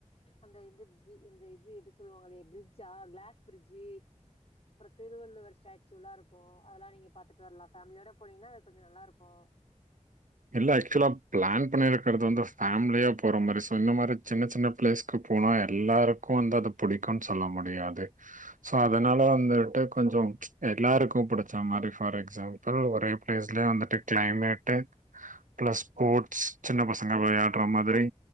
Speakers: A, on the left; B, on the right.
A: அந்த எ இது எத சொல்லுவாங்களே பிரிட்ஜா கிளாஸ் பிரிட்ஜு அப்புறம் திருவள்ளுவர் ஸ்டாச்சு நல்லா இருக்கும் அதெல்லாம் நீங்க பாத்துட்டு வரலாம் ஃபேமிலியோட போனீங்கன்னா அது கொஞ்சம் நல்லா இருக்கும்
B: இல்ல ஆக்சுவலா பிளான் பண்ணிருக்குறது வந்து ஃமிலியா போற மாரி சோ இந்த மாரி சின்ன சின்ன பிளேஸ்கு போனா எல்லாருக்கும் வந்து அது புடிக்கும்ன்னு சொல்ல முடியாது சோ அதனால வந்துட்டு கொஞ்சம் எல்லாருக்கும் புடிச்ச மாரி ஃபார் எக்ஸாம்பிள் ஒரே பிளேஸ்லயே வந்துட்டு கிளைமேட்டு்
A: <inaudible>
B: ப்ளஸ் ஸ்போர்ட்ஸ் சின்ன பசங்க விளையாடுற மாதிரி